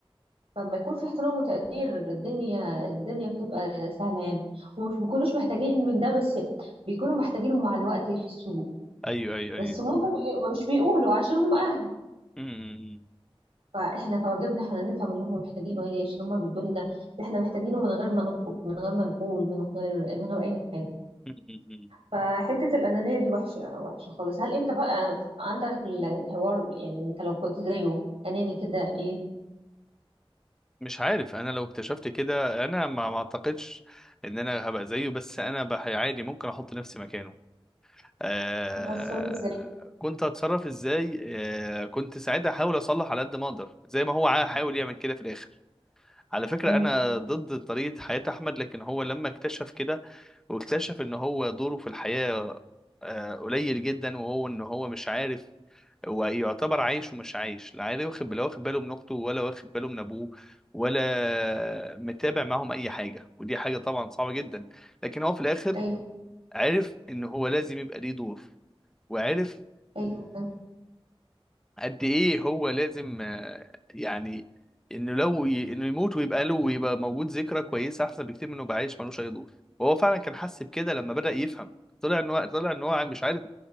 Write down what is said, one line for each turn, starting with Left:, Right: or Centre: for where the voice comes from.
Right: فلما يكون في احترام وتقدير الدنيا الدنيا بتبقى سهله يعني هم مش بيكونوش محتاجين من ده بس بيكونوا محتاجينه مع الوقت يحسوه
Centre: ايوه ايوه
Right: بس
Centre: ايوه
Right: هم ما بي- ما مش بيقولوا عشان هم اهل
Centre: امم
Right: فاحنا كواجبنا احنا نفهم اللي هم محتاجينه ايه عشان هم بيدولنا اللي احنا محتاجينه من غير ما نطلب من غير ما نقول من غير من غير اي حاجه
Centre: امم امم امم.
Right: فحته الانانيه دي وحشه وحشه خالص هل انت بقى عندك ال- الحوار يعني انت لو كنت زيه اناني كده ايه
Centre: مش عارف انا لو اكتشفت كده انا ما ما اعتقدش ان انا هبقى زيه بس انا بح- عادي ممكن احط نفسي مكانه آه
Right: كنت هتتصرف ازاي
Centre: كنت هتصرف ازاي آه كنت ساعتها احاول اصلح على قد ما اقدر زي ما هو عا- حاول يعمل كده في الاخر على فكرة
Right: امم
Centre: أنا ضد طريقة حياة أحمد لكن هو لما اكتشف كده واكتشف إن هو دوره في الحياة آه، قليل جدا وهو إن هو مش عارف ويعتبر عايش ومش عايش لا عارف واخد لا واخد باله من أخته ولا واخد باله من أبوه ولا متابع معاهم أي حاجة ودي حاجة طبعا صعبة جدا لكن هو في الآخر
Right: ايوه
Centre: عرف إن هو لازم يبقى ليه دور وعرف
Right: ايوه
Centre: قد ايه هو لازم آه، يعني انه لو ي... انه يموت ويبقى له ويبقى موجود ذكرى كويسه احسن بكتير منه يبقى عايش ملوش اي دور وهو فعلا كان حس بكده لما بدأ يفهم طلع ان هو طلع ان هو مش عارف